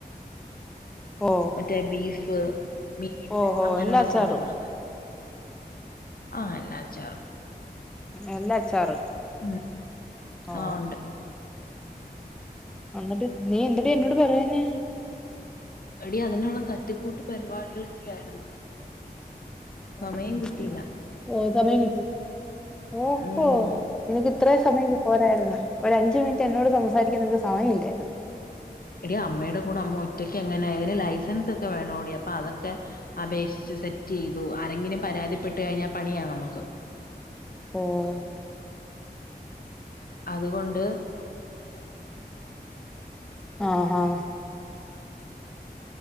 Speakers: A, in the centre; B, on the left.
A: ഓ
B: മറ്റേ ബീഫ് മീൻ
A: ഓ ഓ
B: അങ്ങനെയുള്ള
A: എല്ലാ അച്ചാറും
B: സാനങ്ങളൊക്കെ ആ എല്ലാ അച്ചാറും
A: എല്ലാ അച്ചാറും
B: ഉം
A: ഓ
B: ആഹ് ഉണ്ട്
A: എന്നിട്ട് നീ എന്തെടി എന്നോട് പറയാഞ്ഞേ
B: എടി അതിനുള്ള തട്ടിക്കൂട്ട് പരിപാടികളൊക്കെ ആയിരുന്നു
A: <unintelligible>
B: സമയം കിട്ടിയില്ല
A: ഓ സമയം കിട്ടി ഓഹോ
B: ഉം
A: ഓഹോ നിനക്ക് ഇത്രയും സമയങ്കി പോരായിരുന്ന് ഒര അഞ്ച് മിനിറ്റ് എന്നോട് സംസാരിക്കാ നിനക്ക് സമയം ഇല്ലേ
B: എടീ അമ്മയുടെ കൂടെ അമ്മ ഒറ്റയ്ക്ക് എങ്ങനെ ഇതിന് ലൈസൻസ് അത് വേണോടി അപ്പൊ അതൊക്കെ അപേക്ഷിച്ച് സെറ്റ് ചെയ്തു ആരെങ്കിലും പരാതിപ്പെട്ട് കഴിഞ്ഞാ പണിയാ നമക്ക്
A: ഓഹ്
B: അതുകൊണ്ട്
A: ആഹ് ആഹ്